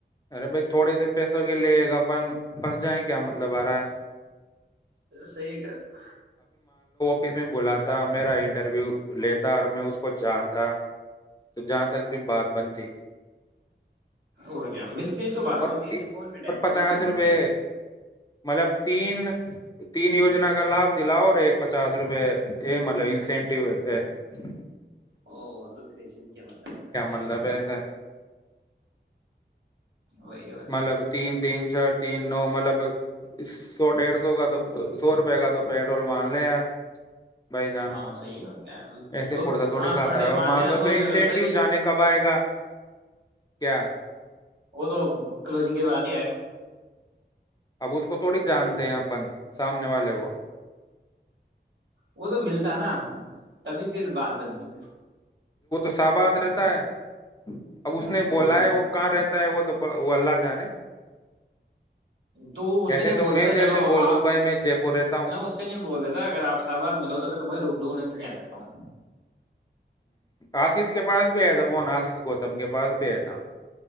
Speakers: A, on the left; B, on the right.
A: ارے بھائی تھوڑے سے پیسوں کے لیے اپن پھنس جائیں کیا مطلب آ رہا ہے
B: صحیح کہرہا
A: کیسے بولا میرا انٹرویو لیتا اور میں کو جانتا تو جہاں تک بھی بات بنتی
B: اور کیا مل کے ہی تو بات
A: اور
B: ہوتی ہے ایسے فون پہ ڈائٹ
A: اور پچاس
B: ہو جو نہیں ہو
A: روپے
B: جاتی ہے
A: مطلب تین تین یجنا کا لابھ دلاؤ اور ایک پچاس روپے یہ مطلب ان سے <unintelligible>
B: او تو پھر اس سن کیا مطلب نکلتا
A: مطلب
B: ہے گا
A: ایسا
B: وہی اور کیا
A: مطلب
B: ہے۔
A: تین دین اچھر تین نو مطلب سو ڈیڑھ سو کا تو سو روپے کا تو پیٹرول مان لے آپ بھائی جان
B: ہاں صحیح ہے، اور کیا
A: ایسے
B: سو
A: پڑتا تھوڑی
B: وہاں
A: کھات
B: پر
A: ہے
B: ڈے
A: اور مان
B: لیا
A: لو
B: سو
A: پھر
B: روپئے
A: انسینٹیو
B: کا تو بھائی
A: جانے کب آئے گا کیا
B: وہ تو کلوزنگ کے بعد ہی آیا
A: اب اس کو تھوڑی جانتے ہیں اپن سامنے والے کو
B: وہ تو ملتا نا تبھی پھر بات بنتی <inaudible>
A: س آباد رہتا ہے اب اس نے
B: تو
A: بولا
B: جس
A: ہے وہ کہاں رہتا ہے وہ تو وہ اللہ جانے <inaudible>
B: تو اس
A: ایسے
B: سے نہیں
A: تو
B: بول
A: میں
B: دیتا
A: دیر
B: چلو
A: سے بول
B: آپ
A: دوں بھائی میں جے پور رہتا ہوں
B: میں اس سے نہیں بول دیتا اگر آپ صحباد ملو تو میں تمہیں روبرو ہونے کے لیے آ جاتتا ہوں
A: آشیش کے پاس بھی ہے جبون آس کو گوتم کے پاس بھی ہے تھا